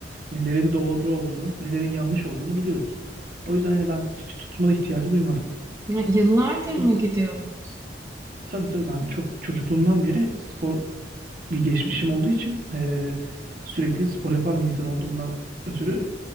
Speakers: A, on the right; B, on the right.
A: Nelerin doğru olduğunu, nelerin yanlış olduğunu biliyoruz. O yüzden hani ben hiç tutma ihtiyacı duymadım.
B: Ha, Yıllardır
A: O,
B: mı gidiyordunuz?
A: tabii tabii ben çok çocukluğumdan beri spor bir geçmişim olduğu için eee, sürekli spor yapan bir insan olduğumdan ötürü